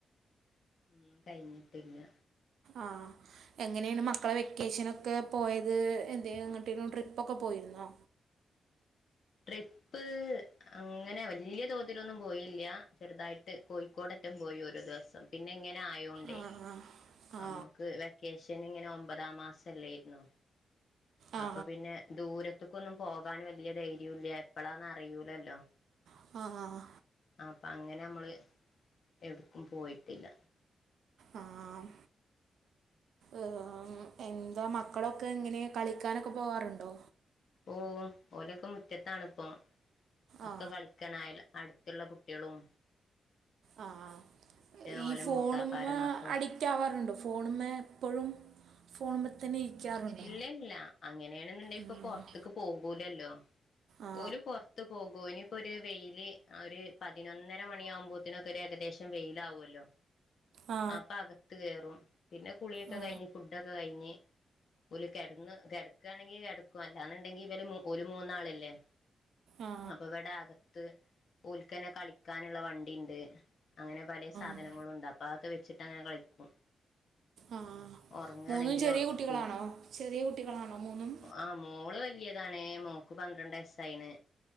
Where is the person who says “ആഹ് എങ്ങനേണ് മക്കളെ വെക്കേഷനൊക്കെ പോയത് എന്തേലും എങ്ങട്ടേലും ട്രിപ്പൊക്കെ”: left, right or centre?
Right